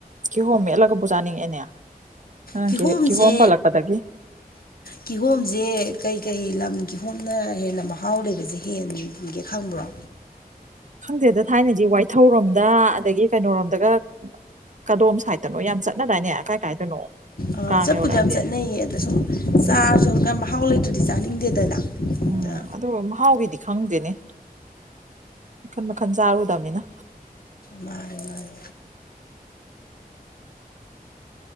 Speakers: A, on the right (about 50°); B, on the left (about 70°).
A: ꯀꯤꯍꯣꯝ ꯃꯦꯠꯂꯒꯕꯨ ꯆꯥꯅꯤꯡꯉꯛꯑꯦꯅꯦ ꯅꯪ
B: ꯀꯤꯍꯣꯝꯁꯦ
A: ꯀꯤꯍꯣꯝ ꯄꯜꯂꯛꯄꯗꯒꯤ
B: ꯀꯤꯍꯣꯝꯁꯦ ꯀꯩ ꯀꯩ ꯂꯝꯒꯤ ꯍꯣꯝꯅ ꯍꯦꯟꯅ ꯃꯍꯥꯎ ꯂꯩꯕꯁꯦ ꯍꯦꯟꯒꯦ ꯈꯪꯕ꯭ꯔꯣ
A: ꯈꯪꯗꯦꯗ ꯊꯥꯏꯅꯗꯤ ꯋꯥꯏꯊꯧꯔꯣꯝꯅꯤ ꯗ ꯑꯗꯒꯤ ꯀꯩꯅꯣꯔꯣꯝꯗꯒ ꯀꯥꯗꯣꯝ ꯁꯥꯏꯗꯠꯇꯅꯣ ꯌꯥꯝ ꯆꯠꯅꯗꯥꯏꯅꯦ ꯀꯥꯏ ꯀꯥꯏꯗꯅꯣ
B: ꯑ
A: ꯀꯥꯡ
B: ꯆꯠꯄꯨꯗꯤ
A: ꯌꯧꯔꯛꯑꯗꯤ
B: ꯌꯥꯝ ꯆꯠꯅꯩꯌꯦ ꯑꯗ ꯁꯨꯝ
A: ꯎꯝ
B: ꯆꯥꯔꯁꯨ ꯍꯧꯖꯤꯛꯀꯥꯟ ꯃꯍꯥꯎ ꯂꯩꯇ꯭ꯔꯗꯤ ꯆꯥꯅꯤꯡꯗꯦꯗꯅ ꯑꯗ
A: ꯎꯝ ꯑꯗꯣ ꯃꯍꯥꯎꯒꯤꯗꯤ ꯈꯪꯗꯦꯅꯦ ꯃꯈꯟ ꯃꯈꯟ ꯆꯥꯔꯨꯗꯃꯤꯅ꯫
B: ꯃꯥꯥꯅꯤ ꯃꯥꯥꯅꯤ꯫